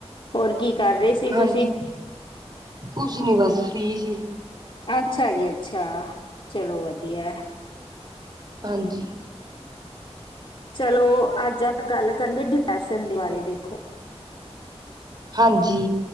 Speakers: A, on the left; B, on the right.
A: ਹੋਰ ਕੀ ਕਰ ਰਹੇ ਸੀ
B: ਹਾਂਜੀ
A: ਤੁਸੀਂ?
B: ਕੁਛ ਨੀ, ਬਸ ਫ੍ਰੀ ਸੀ
A: ਅੱਛਾ ਜੀ ਅੱਛਾ, ਚਲੋ ਵਧੀਆ।
B: ਹਾਂਜੀ
A: ਚਲੋ ਅੱਜ ਆਪਾਂ ਗੱਲ ਕਰਨਗੇ, ਡਿਪਰੈਸ਼ਨ ਦੇ ਬਾਰੇ ਦੇਖੋ
B: ਹਾਂਜੀ।